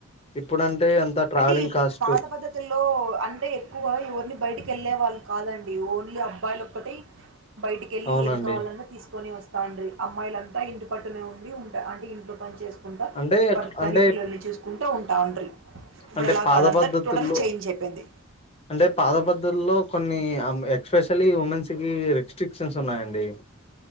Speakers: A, on the left (about 25°); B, on the right (about 60°).
A: ఇప్పుడంటే అంత ట్రావెలింగ్
B: అంటే ఈ
A: కాస్ట్
B: పాత పద్ధతుల్లో అంటే ఎక్కువ ఎవరిని బయటికి వెళ్ళే వాళ్ళు కాదండి ఓన్లీ అబ్బాయిలు ఒక్కటిే బయటికేళ్ళి
A: అవునండి
B: ఏం కావాలన్నా తీసుకుని వస్త్ తండ్రి అమ్మాయిలంత ఇంటి పట్టునే ఉండి ఉంటే అంటే ఇంట్లో పని చేస్త కుంట
A: అంటే
B: భర్తని
A: అంటే
B: పిల్లల్ని చేూసుకుంట టోన్ టాండ్రి ఇప్పుడలా
A: అంటే పాత
B: కాదంతా
A: పద్ధతుల్లో
B: టోటల్ చేంజ్ అయిపోయింది
A: అంటే పాత పద్ధతుల్లో కొన్ని ఎక్స్పెషలీ ఉమెన్స్ కి రిస్ట్రిక్షన్స్ ఉన్నాయండి